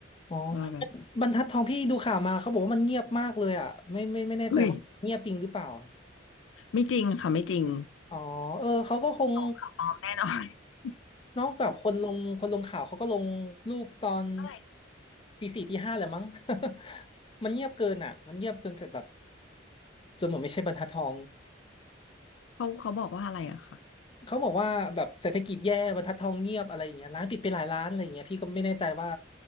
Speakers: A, on the left; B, on the left.
A: อ๋อ
B: ว่าแบบ
A: บรรทัดทองพี่ดูข่าวมาเขาบอกว่ามันเงียบมากเลยอ่ะไม่ไม่ไม่แน่ใจว่าเงียบจริงหรือเปล่าอะ
B: อุ้ยไม่จริงค่ะไม่จริง
A: อ๋อเออเขาก็คง
B: ข่าวปลอมแน่นอน <laughs>
A: เนาะแบบคนลงคนลงข่าวเขาก็ลงรูปตอน
B: เท่าไหร่
A: ตีสี่ตีห้าแหละมั้ง <laughs> มันเงียบเกินอ่ะมันเงียบจนแบบจนเหมือนไม่ใช่บรรทัดทอง
B: เขาเขาบอกว่าอะไรอะค่ะ
A: เขาบอกว่าแบบเศรษฐกิจแย่บรรทัดทองเงียบอะไรอย่างเงี้ยร้านปิดไปหลายร้านอะไรอย่างเงี้ยพี่ก็ไม่แน่ใจว่า